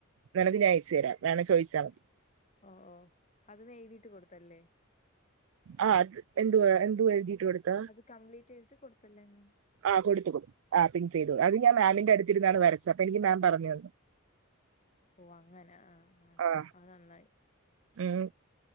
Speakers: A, on the right (about 70°); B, on the left (about 35°).
A: നെ നക്ക് ഞാ അയച്ചു തരാം വേണം ചോയിച്ചാൽ മതി
B: ഓഹ് ഓഹ് അത് ന എഴുതിയിട്ട് കൊടുത്തല്ലേ
A: ആഹ് അത് എന്തു എന്തു എഴുതിട്ട് കൊടുത്ത
B: കംപ്ലീറ്റീത്ട്ട് കൊട്ത്തില്ലേന്ന്
A: ആഹ് കൊടുത്തുക്കു ആ പിൻ ചെയ്തു അത് ഞാൻ മാമിന്റെ അടുത്തിര്ന്നാണ് വരച്ച് അപ്പൊ എനിക്ക് മാം പറഞ്ഞ് തന്നു
B: ഓഹ് അങ്ങനെ ആഹ് ആഹ്
A: ആ
B: അത് നന്നായി
A: ഉം